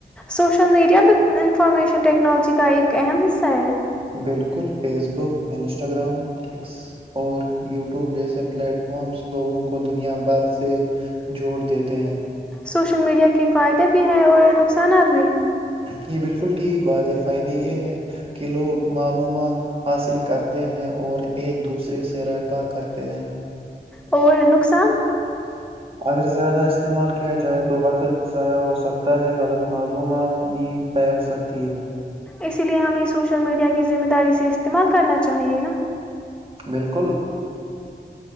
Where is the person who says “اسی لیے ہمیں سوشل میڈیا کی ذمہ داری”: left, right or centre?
Centre